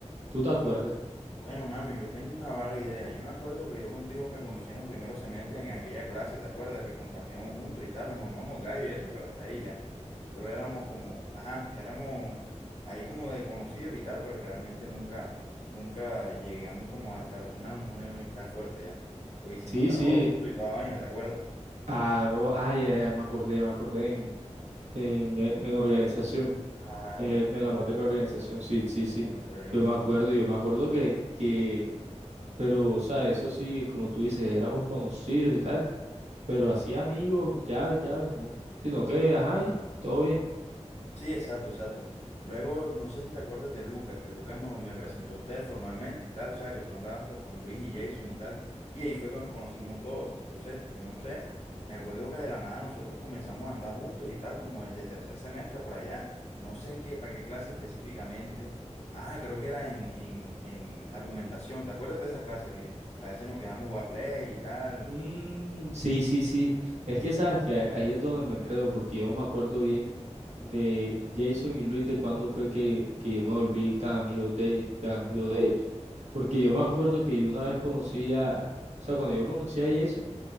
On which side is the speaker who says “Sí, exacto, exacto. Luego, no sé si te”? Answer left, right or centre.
Left